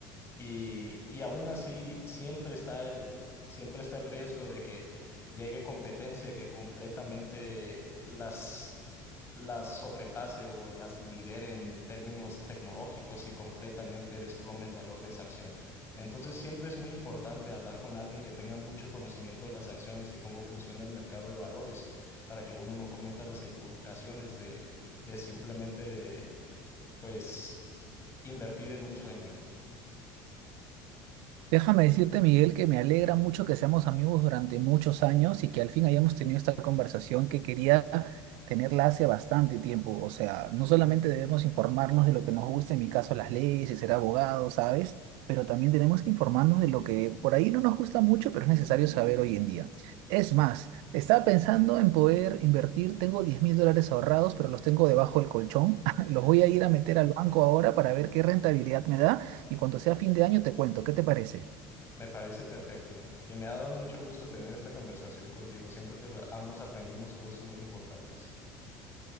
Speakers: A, on the left (about 30°); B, on the right (about 70°).
A: Y, y aún así, siempre está el, siempre está el riesgo de que llegue competencia que completamente las, las sobrepase o las lidere en términos tecnológicos y completamente desplome el valor de esa acción. Entonces, siempre es muy importante hablar con alguien que tenga mucho conocimiento de las acciones y cómo funciona el mercado de valores para que uno no cometa las equivocaciones de, de simplemente, pues, invertir en un sueño.
B: Déjame decirte, Miguel, que me alegra mucho que seamos amigos durante muchos años y que al fin hayamos tenido esta conversación que quería tenerla hace bastante tiempo. O sea, no solamente debemos informarnos de lo que nos gusta, en mi caso las leyes y ser abogado, ¿sabes? Pero también tenemos que informarnos de lo que por ahí no nos gusta mucho, pero es necesario saber hoy en día. Es más, estaba pensando en poder invertir, tengo diez mil dólares ahorrados, pero los tengo debajo del colchón. <laughs> Los voy a ir a meter al banco ahora para ver qué rentabilidad me da y cuando sea fin de año te cuento, ¿qué te parece?
A: Me parece perfecto y me ha dado mucho gusto tener esta conversación contigo. Siento que lo- ambos aprendimos cosas muy importantes,